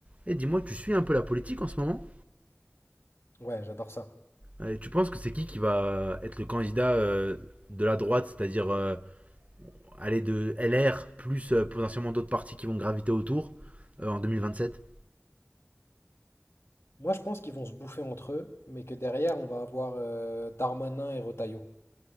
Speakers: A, on the right (about 35°); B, on the left (about 80°).
A: Et dis-moi, tu suis un peu la politique en ce moment
B: Ouais, j'adore ça.
A: Euh, Et tu penses que c'est qui qui va être le candidat euh, de la droite, c'est-à-dire euh, aller de LR plus euh, potentiellement d'autres partis qui vont graviter autour euh, en 2027
B: Moi, je pense qu'ils vont se bouffer entre eux, mais que derrière, on va avoir euh, Darmanin et Retailleau.